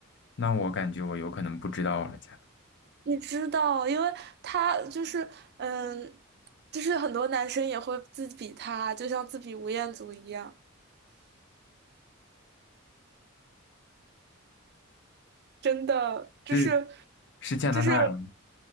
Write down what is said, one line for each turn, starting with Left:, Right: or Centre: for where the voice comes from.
Left: 那我感觉我有可能不知道了，加拿
Right: 你知道，因为他就是，嗯，就是很多男生也会自比他，就像自比吴彦祖一样，真的，就是，
Left: 是是加拿大人
Right: 就是